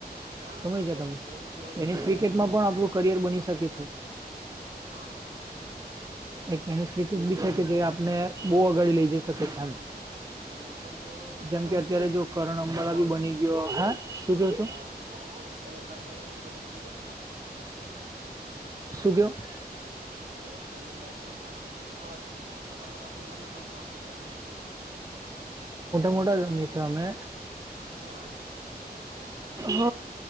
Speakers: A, on the right; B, on the right.
A: હા
B: સમય
A: ટે
B: છે, તમે
A: ટેનિસ બી રમવું
B: ટેનિસ
A: જોઈએ
B: ક્રિકેટમાં
A: ને
B: પણ આપણું કરિયર બની શકે છે.
A: હા
B: એક એની સ્થિતિ જ બી છે, કે જે આપને બહ અગાડી લઈ જઈ શકે તેમ
A: એ તમ તો જતા
B: જેમ કે
A: હશે
B: અત્યારે
A: ને
B: જો કરણ અંબર
A: રમવામાં
B: બી બની ગયો હે, શુ કેયો છો
A: હા એ તમે ટેનિસ ક્રિકેટમા
B: શું, કયો <inaudible>
A: હે તમે, મેચ રમવામાં જેતા હશે, મોટ મ મોટા ટુર્નન્ટ રમતાશે તમે
B: મોડા ગમીએ છ, અમે
A: હા
B: હ,